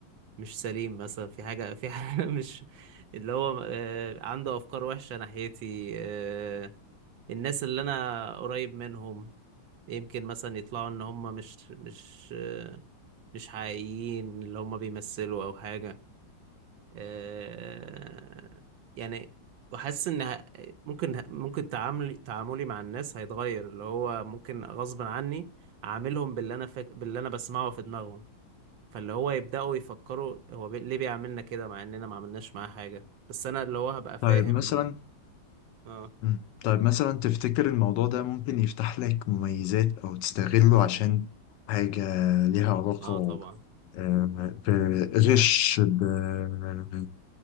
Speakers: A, on the right; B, on the left.
A: مش سليم مثلا في حاجة في حاجة <laughs> مش اللي هو آه، عنده أفكار وحشة ناحيتي آه، الناس اللي أنا قريب منهم يمكن مثلا يطلعوا إن هم مش مش آه، مش حقيقيين اللي هم بيمثلوا أو حاجة آه، يعني وحاسس ان ه- ممكن ممكن تعاملي تعاملي مع الناس هيتغير اللي هو ممكن غصب عني اعاملهم باللي انا فاك... باللي انا بسمعه في دماغهم فاللي هو يبداوا يفكروا هو بي... ليه بيعملنا كده مع اننا ما عملناش معاه حاجه بس انا اللي هو هبقى فاهم
B: طيب مثلا
A: اه
B: مم. طيب مثلا تفتكر الموضوع ده ممكن يفتح لك مميزات أو تستغله عشان حاجة ليها علاقة
A: اه طبعا
B: آه، بغش ب-